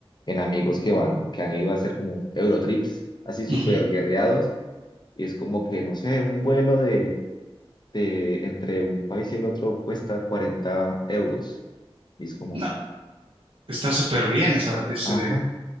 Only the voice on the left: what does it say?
en amigos que van, que han ido a hacer como Eurotrips, así súper
guerreados, y es como que, no sé, un vuelo de, de entre un país y el otro cuesta 40 euros, y es como,
ajá.